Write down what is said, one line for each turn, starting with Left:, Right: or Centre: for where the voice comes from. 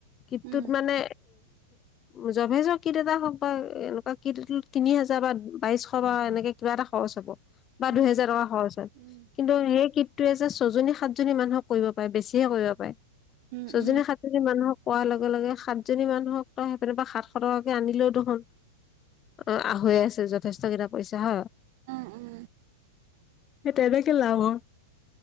Left: কিটটোত
Right: উম
Left: মানে উ জভেজ কিট এটা হওঁক বা এনেকুৱা কিট তিনি হাজাৰ বা বাইশ বা এনেকে কিবা এটা খৰচ হ'ব। বা
Right: উম
Left: দুহেজাৰ টকা খৰচ হয়,
Right: উম
Left: কিন্তু সেই কীটটোৱে যে ছজনী সাতজনী মানুহক কৰিব পাৰে বেছিহে কৰিব পাৰে
Right: উম
Left: ছজনী
Right: উম
Left: সাতজনী মানুহক কোৱাৰ লগে লগে সাতজনী মানুহক তই সেইপিনৰ পৰা সাতশ টকাকে আনিলেও দেখোন অ আছে যথেষ্ট কেইটা পইচা হ
Right: অ উম
Left: সেই তেনেকে লাভ হয়